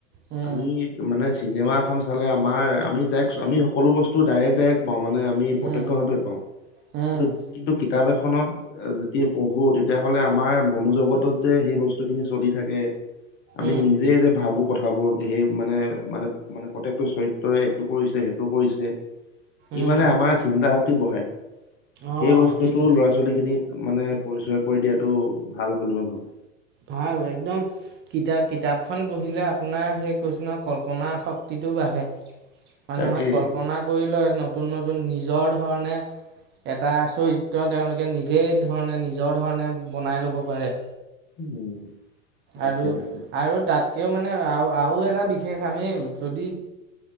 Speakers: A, on the right; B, on the left.
A: উম
B: আমি মানে চিনেমা এখন চালে আমাৰ আমি ডাইৰেক্ট আমি সকলো বস্তু ডাইৰেক্ট- ডাইৰেক্ট পাওঁ মানে আমি প্ৰতক্ষ্য
A: উম
B: ভাৱে পাওঁ
A: উম
B: কিন্তু- কিন্তু কিতাপ এখনত। যেতিয়া পঢ়ো তেতিয়াহ'লে আমাৰ মনোজগতত যে সেই বস্তু। বস্তুখিনি চলি থাকে। আমি
A: উম
B: নিজে যে ভাবো। কথাবোৰ সেই মানে- মানে - মানে প্ৰত্যেকটো চৰিত্ৰই এইটো কৰিছে সেইটো কৰিছে। ই
A: উম
B: মানে আমাৰ চিন্তা ভ বহায়
A: অঁ
B: সেই বস্তুতটো
A: সেইটোৱে
B: ল'ৰা ছোৱালী খিনি মানে পৰিচয় কৰি দিয়াটো ভাল বুলি মই ভাবো।
A: ভাল একদম কিতাপ কিতাপখন পঢ়িলে আপোনাৰ সেই কৈছে ন কল্পনাাৰ শক্তিটো বাঢ়ে। মানুহে
B: তাকে
A: কল্পনা কৰি লয়নো। নতুন - নতুন নিজৰ ধৰণে এটা চৰিত্ৰ তেওঁলোকে নিজেই ধৰণে নিজৰ ধৰণে বনাই ল'ব পাৰে।
B: উম', তাকে
A: আৰু-
B: তাকে
A: আৰু তাত? কিয় মানে আৰু আৰু এটা বিশেষ আমি যদি